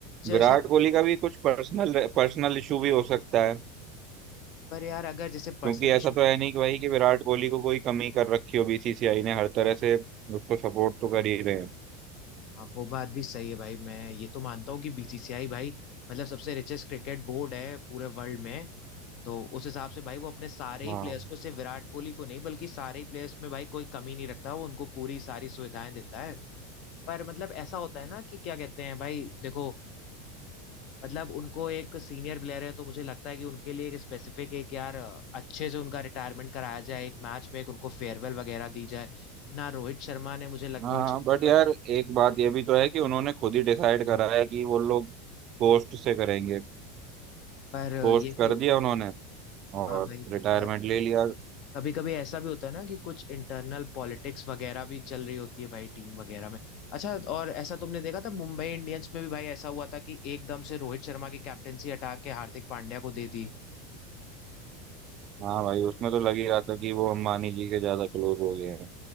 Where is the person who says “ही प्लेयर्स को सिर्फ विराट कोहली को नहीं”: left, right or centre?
Left